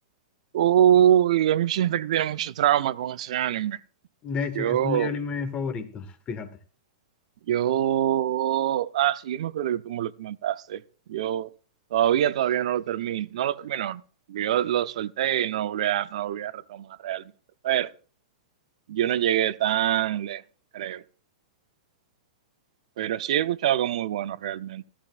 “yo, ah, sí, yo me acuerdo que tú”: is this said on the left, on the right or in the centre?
Right